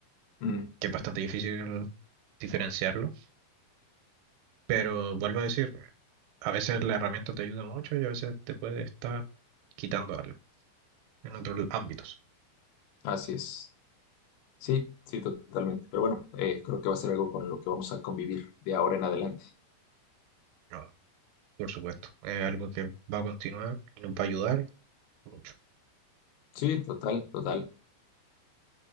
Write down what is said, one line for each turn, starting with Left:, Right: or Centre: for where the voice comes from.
Left: mm,
Right: que es bastante difícil diferenciarlo, pero vuelvo a decir, a veces la herramienta te ayuda mucho y a veces te puede estar quitando algo en otros ámbitos.
Left: así es. Sí, sí, totalmente. Pero bueno, eh, creo que va a ser algo con lo que vamos a convivir de ahora en adelante.
Right: No, por supuesto, es algo que va a continuar y nos va a ayudar mucho.
Left: Sí, total, total.